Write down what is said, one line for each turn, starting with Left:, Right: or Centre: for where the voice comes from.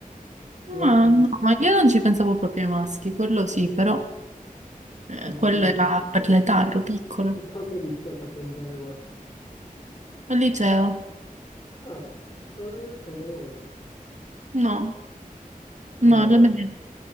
Left: Infatti,
Right: Ma no, ma io non ci pensavo proprio ai maschi, quello sì, però. Eh,
Left: non ci
Right: quello
Left: penso.
Right: era per l'età, ero piccolo.
Left: E quando hai iniziato a pensare ai maschi?
Right: Al liceo?
Left: Ah, l'avrei detto alle medie.
Right: No,
Left: Come
Right: no, alle
Left: andavi?
Right: medie-